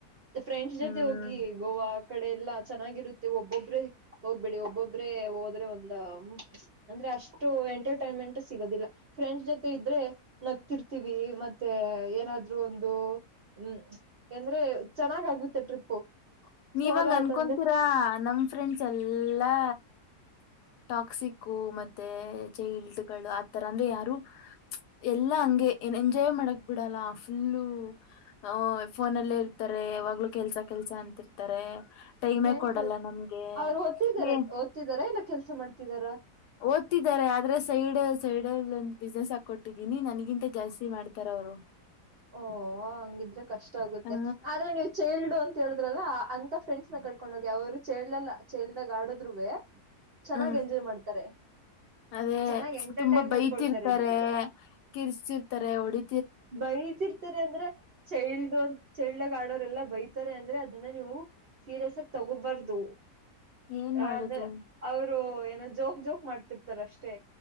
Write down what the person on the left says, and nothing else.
ಹ್ಮ್
ನೀವಂಗ
ಅನ್ಕೊತೀರಾ
ನಮ ಫ್ರೆಂಡ್ಸ್ ಎಲ್ಲಾ ಟಾಕ್ಸಿಕ್ ಮೆ ಚೈಲ್ಡ್ಗಳು ಆಥರ ಅಂದ್ರೆ ಯಾರು ಎಲ್ಲ ಹಂಗೆ ಎಂಜಾಯ್ ಮಾಡಕ್ ಬಿಡಲ್ಲ ಫುಲ್ಲು ಅ ಫೋನಲ್ಲೇ ಇರ್ತಾರೆ ಯಾವಾಗ್ಲೂ ಕೆಲ್ಸ ಕೆಲ್ಸ ಅಂತಿರ್ತಾರೆ ಟೈಮೇ
ಕೊಡಲ್ಲ
ನಮ್ಗೆ
ಏ
ಓದ್ತಿದ್ದಾರೆ ಆದ್ರೆ ಸೈಡ್ ಸೈಡ್ಲ್ಲಿ ಒಂದು ಬಿಸ್ನೆಸ್ ಆಗ್ತಾರೆ ಕೊಟ್ಟಿದ್ದೀನಿ ನನಗಿಂತ ಜಾಸ್ತಿ ಮಾಡ್ತಾರ ಅವರು
ಹ
ಹ
ಅದೇ
ತುಂಬಾ ಬೈತಿರ್ತಾರೆ
ಕಿರ್ಸ್ತಿರ್ತಾರೆ ಹೊಡಿ
ಏನ್ ಮಾಡುದು